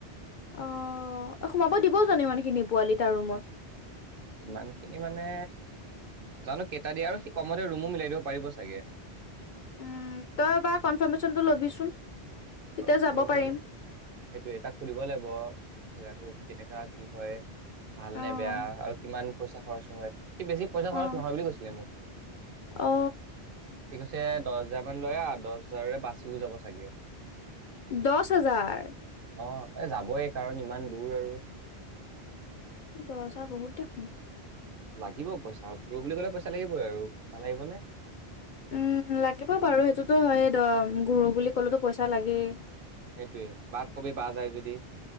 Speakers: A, on the left (about 55°); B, on the right (about 60°).
A: অ সোমাব দিব জানো ইমানখিনি পোৱালি তাৰ ৰুমত।
B: ইমানখিনি মানে জানো কেইটা দিয়ে আৰু সি কমতে ৰুমো মিলাই দিব পাৰিব চাগে।
A: উম তইবাৰ কনফাৰ্মেচনটো লবিচোন। তেতিয়া
B: কনফ
A: যাব
B: কৰিব
A: পাৰিম।
B: লাগিব সেইটোয়ে তাক খুলিব লাগিব। জেগাটো কেনেকা। কি হয় ভাল
A: অ'।
B: নে বেয়া আৰু কিমান। পইচা খৰচ হয়। বেছি পইচা খৰচ
A: অ',
B: নহয় বুলি কৈছিলে মোক
A: অ
B: সি কৈছে। দহ হাজাৰ মান লৈ আহ দহ হাজাৰৰে বাচিও যাব চাগে।
A: দছ হাজাৰ।
B: অ এ যাবই কাৰণ ইমান দূৰ আৰু।
A: দহ হাজাৰ বহুত দেখোন।
B: লাগিব পইচা ঘুৰো বুলি ক'লে পইচা লাগিবই আৰু নালাগিবনে।
A: উম লাগিব বাৰু সেইটোতো হয়দম ঘূৰো বুলি কলেতো পইচা লাগেই।
B: সেইটোয়ে বাক কবি বা যায় যদি।